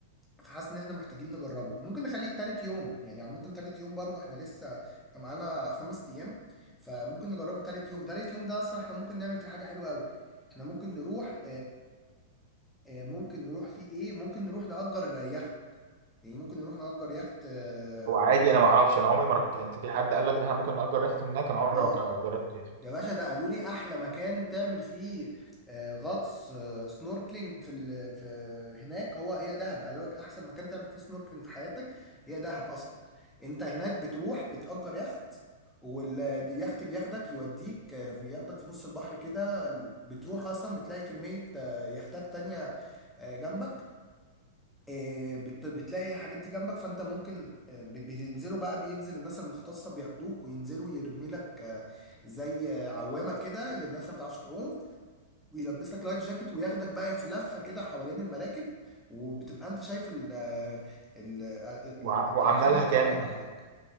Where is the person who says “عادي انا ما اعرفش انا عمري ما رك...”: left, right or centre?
Right